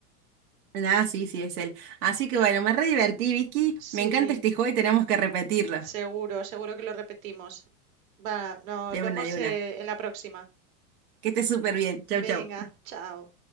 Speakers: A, on the right; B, on the right.
A: Ah, sí, sí, es él. Así que bueno, me re divertí, Vicky.
B: sí,
A: Me encanta este juego y tenemos que repetirlo.
B: seguro, seguro que lo repetimos. Va, nos
A: De
B: vemos
A: una, de una.
B: eh, en la próxima.
A: Que estés súper bien. Chau,
B: Venga,
A: chau.
B: chao.